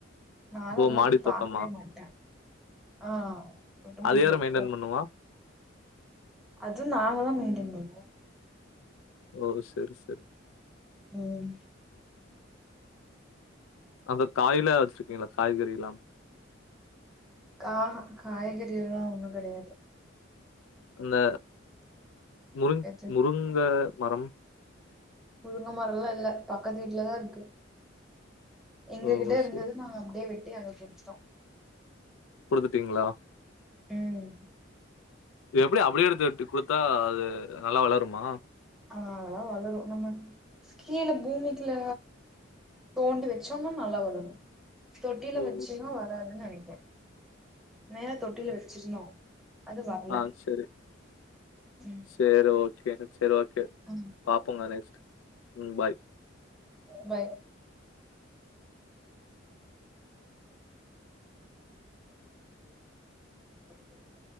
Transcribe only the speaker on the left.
ஓ
மாடி
தோட்டமா
அது
யாரு
மெயின்டென் பண்ணுவா
ஓ செரி செரி
அந்த காய்ல வச்சிருக்கீங்களா காய்கறில்லாம்
அந்த முருங்
முருங்க மரம்
ஓ
செரி
குடுத்துட்டீங்களா
எப்டி அப்டியே எடுத்து வெட்டி குடுத்தா அது நல்லா வளருமா
ஓ
ஆ செரி
சேரி ஓகே சேரி ஓகே
பாப்போங்க நெக்ஸ்ட் ம் பாய்